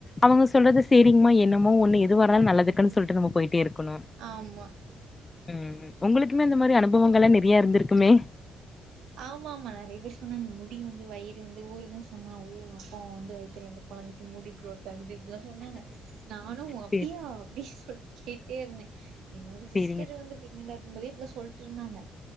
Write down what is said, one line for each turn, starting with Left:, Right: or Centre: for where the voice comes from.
Left: அவுங்க சொல்றது சேரிங்மா என்னமோ ஒன்னு எதுவா இர்ந்தாலு நல்லதுக்குன் சொல்ட்டு நம்ம போயிட்டே இருக்கணு
Right: ஆமா
Left: ம் ஒங்களுக்குமே இந்த மாரி அனுபவங்கள்ல நெறியா இருந்துருக்குமே
Right: ஆமா ஆமா நெறைய பேர் சொன்னாங்க முடி வந்து வயிறு வந்து ஊருதுன் சொன்னா ஓ அப்ப அவ வந்து வயித்துல இந்து கொழந்தெக்கி முடி குரோத் <unintelligible> இப்ட்லா சொன்னாங்க நானு அப்டியா
Left: சேரி
Right: அப்டின் சொல்ட்டு கேட்டே இருந்தே என்னோட
Left: சேரிங்க
Right: சிஸ்டர் வந்து பிரெக்னன்டா இருக்கும்போதே இப்ட்ளா சொல்ட்டு இருந்தாங்க